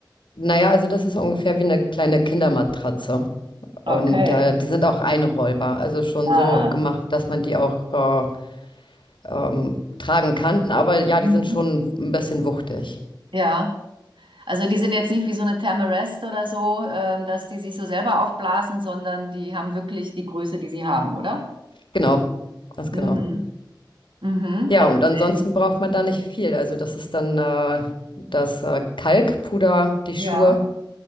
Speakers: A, on the left; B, on the right.
A: Naja, also das ist ungefähr wie eine kleine Kindermatratze. Und
B: Okay.
A: äh, die sind auch einrollbar, also schon
B: Ah.
A: so gemacht, dass man die auch äh, ähm, tragen kann. Aber ja,
B: Mhm.
A: die sind schon ein bisschen wuchtig.
B: Ja. Also die sind jetzt nicht wie so eine Thermarest oder so, ähm, dass die sich so selber aufblasen, sondern die haben wirklich die Größe, die sie haben, oder?
A: Genau, ganz
B: Mhm.
A: genau.
B: Mhm.
A: Ja,
B: Okay.
A: und ansonsten braucht man da nicht viel. Also das ist dann äh, das äh, Kalkpuder, die
B: Ja,
A: Schuhe,